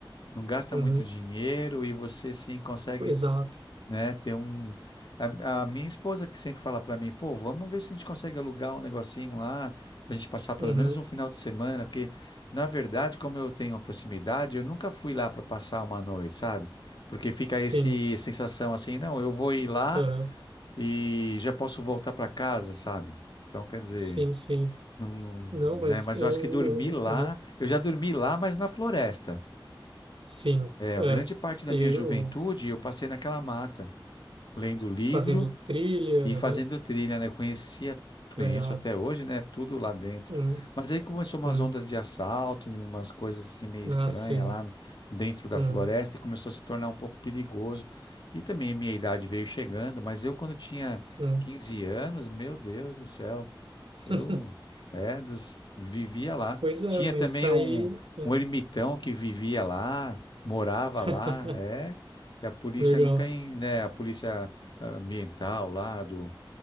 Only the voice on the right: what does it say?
Uhum.
Exato.
Uhum.
Sim.
Uhum.
Sim, sim.
Não, mas
eu,
eu,
uhum.
Sim.
É.
E
o
fazendo trilha,
uhum.
Legal.
Uhum.
Uhum.
Ah, sim.
Uhum.
Uhum.
<laughs>
Pois é,
mas
tá
aí. né?
<laughs>
Legal.